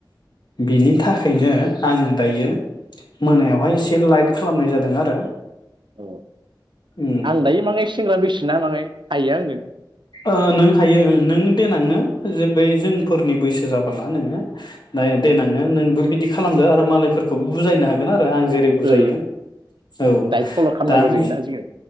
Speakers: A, on the left (about 65°); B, on the right (about 75°).
A: बिनि थाखायनो आङो दायो मोनायावहाय एसे लाइट खालामनाय जादों आरो
B: अ
A: उम
B: आं दायो माङाय सेंग्रा बैसेना माङाय, हायो आङो
A: ओनों हायो, नों देेनांहो जोबाय जोंफोरनि बैसो जाबोला नोङो दा देनङो नोंबो बिदि खालामदो आरो मालायफोरखौबो बुजायनो हागोन आरो आं जेरै बुजायो
B: ओ
A: औ
B: डाइट फल' खालामनांगौ
A: दा नों
B: जायोना जोङो